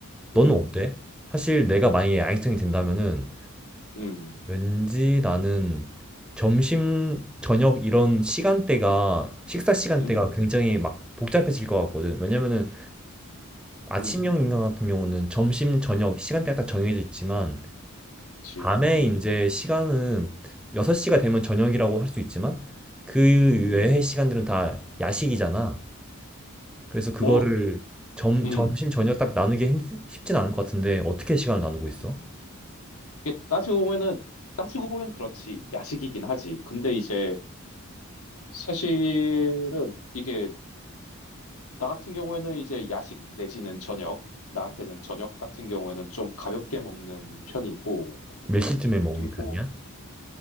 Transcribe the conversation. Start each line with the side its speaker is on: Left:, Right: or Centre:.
Centre: 너는
Left: 음,
Centre: 어때? 사실 내가 만약에 야행성이 된다면은
Left: 음,
Centre: 왠지 나는 점심, 저녁 이런 시간대가, 식사 시간대가
Left: 음,
Centre: 굉장히 막 복잡해질 것 같거든. 왜냐면은 아침형
Left: 음,
Centre: 인간 같은 경우는 점심, 저녁 시간대가 딱 정해져 있지만,
Left: 그렇지.
Centre: 밤에
Left: 음,
Centre: 이제 시간은 6시가 되면 저녁이라고 할 수 있지만, 그
Left: 음,
Centre: 외의 시간들은 다 야식이잖아. 그래서 그거를
Left: 뭐,
Centre: 점,
Left: 음.
Centre: 점심, 저녁 딱 나누기 힘- 쉽진 않을 것 같은데, 어떻게 시간을 나누고 있어?
Left: 음. 이게 따지고 보면은 따지고 보면 그렇지 야식이긴 하지. 근데 이제 사실은 이게 나 같은 경우에는 이제 야식 내지는 저녁 나한테는 저녁 같은 경우에는 좀 가볍게 먹는 편이고
Centre: 몇 시쯤에 먹는
Left: 그리고
Centre: 편이야?